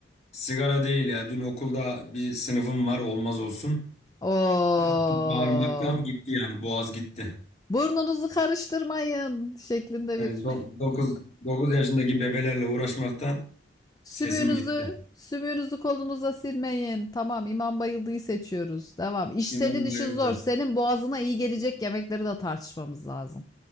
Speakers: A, on the left; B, on the left.
A: Sigara değil ya. Dün okulda bir sınıfım var. Olmaz olsun.
B: Oo.
A: E, Artık bağırmaktan gitti yani. Boğaz gitti.
B: Burnunuzu karıştırmayın şeklinde
A: Yani
B: bir.
A: do 9 9 yaşındaki bebelerle uğraşmaktan
B: <laughs> Sümüğünüzü,
A: sesim gitti.
B: sümüğünüzü kolunuza silmeyin. Tamam, İmam Bayıldı'yı seçiyoruz. Devam. İş
A: İmam
B: senin işin
A: bayıldı.
B: zor. Senin boğazına iyi gelecek yemekleri de tartışmamız lazım.